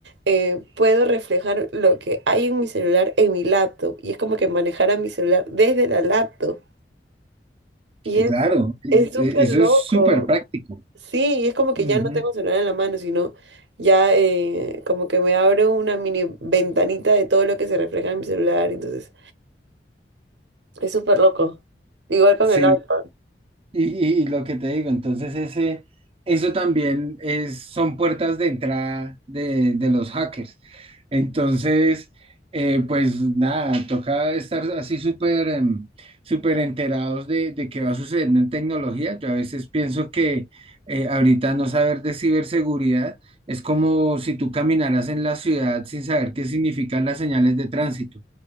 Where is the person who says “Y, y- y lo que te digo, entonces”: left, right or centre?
Right